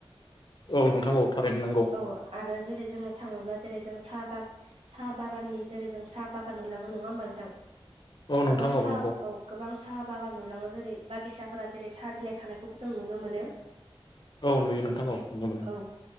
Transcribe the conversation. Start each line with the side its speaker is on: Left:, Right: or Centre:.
Left: औ नोंथां थारैनो नांगौ
Right: औ आरो जेरै जोङो थाङोब्ला जेरै जों साहा बाग साहा बागाननि जेरै जों साहा बागान नुलाङो। नङा होमबा नोंथां?
Left: औ नोंथां
Right: गोबां साहा
Left: नंगौ
Right: औ गोबां साहा बागान नुलाङो जेरै बागिसाफोरा जेरै साहा बिलाइ खानायखौबो जों नुनो मोनो।
Left: औ नुयो नोंथां औ नुनो मोनो।
Right: औ